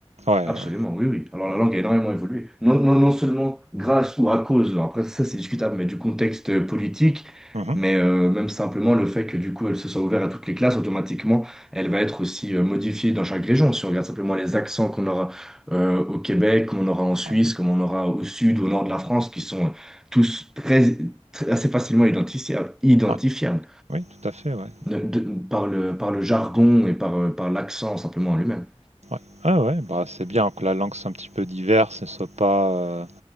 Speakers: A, on the right; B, in the centre.
A: Ouais,
B: Absolument,
A: ouais,
B: oui, oui. Alors
A: Mmh.
B: la langue a énormément évolué. Non, non, non seulement grâce ou à cause, alors après ça c'est discutable, mais du contexte euh, politique,
A: Mmh
B: mais euh, même simplement le fait que du coup elle se soit ouverte à toutes les classes, automatiquement elle va être aussi euh, modifiée dans chaque région. Si on regarde simplement les accents qu'on aura euh, au Québec, qu'on aura en Suisse,
A: Ah oui.
B: qu'on aura au sud ou au nord de la France, qui sont euh, tous très, très- assez facilement identifiables, identifiables
A: Ouais. Oui, tout à fait, ouais.
B: de- de- par le, par le jargon et par, euh, par l'accent simplement en lui-même.
A: Ouais. Ouais, ouais, bah, c'est bien que la langue soit un petit peu diverse et soit pas, heu,